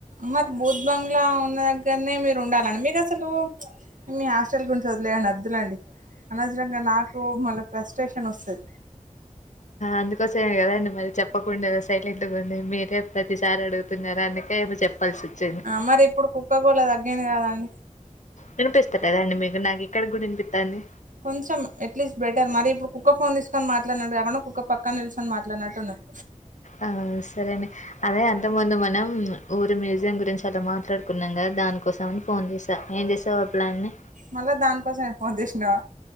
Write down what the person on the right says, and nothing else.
మరి బూత్ బంగ్లా ఉన్న దగ్గరనే మీరు ఉండాలండి మీకు అసలు మీ హాస్టల్ గురించి ఒదిలెయండి. అద్దులేండి అనవసరంగా నాకు మళ పస్ట్రేషన్ వోస్తది.
ఆ మరి ఇప్పుడు కుక్క గోళ తగ్గింది. కదండీ.
కొంచెం ఎట్లీస్ట్ బెటర్ మరి ఇప్పుడు కుక్క ఫోన్ తీసుకొని మాట్లాడినట్టు కాకుండా ఒక పక్కన నిల్చొని మాట్లాడినట్టు ఉన్నది.
మళ్ళా దానికోసమే ఫోన్ జేశీనవ